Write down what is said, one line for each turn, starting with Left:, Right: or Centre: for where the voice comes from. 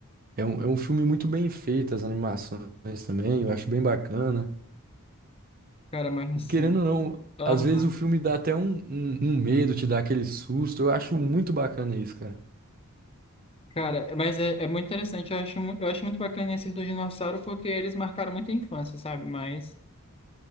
Right: É um, é um filme muito bem feito, as animações também, eu acho bem bacana.
Left: Cara, mas assim.
Right: Querendo ou não,
Left: Aham.
Right: às vezes o filme dá até um, um, um medo, te dá aquele susto, eu acho muito bacana isso, cara.
Left: Cara, mas é, é muito interessante. Eu acho, mu- eu acho muito bacana esses do dinossauro porque eles marcaram muita infância, sabe? Mas.